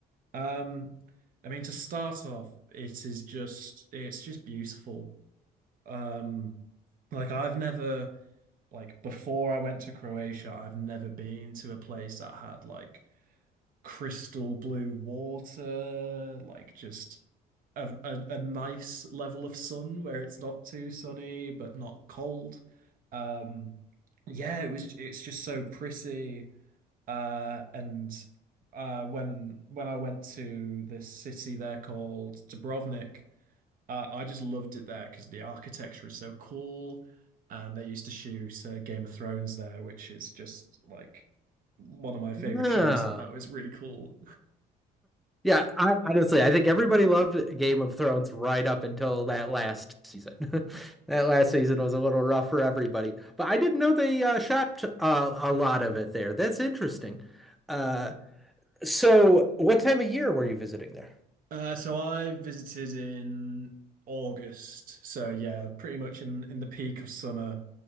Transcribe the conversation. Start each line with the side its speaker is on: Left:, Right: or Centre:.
Right: um, I mean, to start off, it is just it's just beautiful. Um, like I've never like before I went to Croatia, I've never been to a place that had like crystal blue water, like just a, a, a nice level of sun where it's not too sunny but not cold. Um, yeah, it was it's just so pretty. Uh, and uh, when when I went to this city there called Dubrovnik. Uh, I just loved it there because the architecture is so cool, and they used to shoot uh, Game of Thrones there, which is just like one of my favorite
Centre: Yeah.
Right: shows. So that was really cool.
Centre: Yeah, I, honestly, I think everybody loved Game of Thrones right up until that last season. <laughs> that last season was a little rough for everybody, but I didn't know they uh, shot uh, a lot of it there. That's interesting. Uh, so, what time of year were you visiting there?
Right: Uh, so I visited in August. So yeah, pretty much in in the peak of summer.